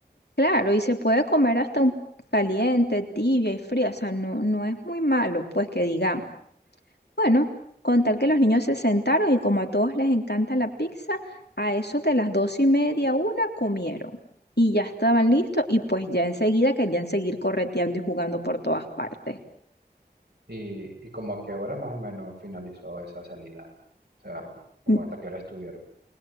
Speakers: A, on the left (about 80°); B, on the right (about 80°).
A: Claro, y se puede comer hasta un caliente, tibia y fría, o sea, no, no es muy malo, pues que digamos. Bueno, con tal que los niños se sentaron y como a todos les encanta la pizza, a eso de las dos y media, una comieron y ya estaban listos y pues ya enseguida querían seguir correteando y jugando por todas partes.
B: Y, y como a qué hora más o menos finalizó esa salida, o sea, como
A: M-
B: hasta qué hora estuvieron.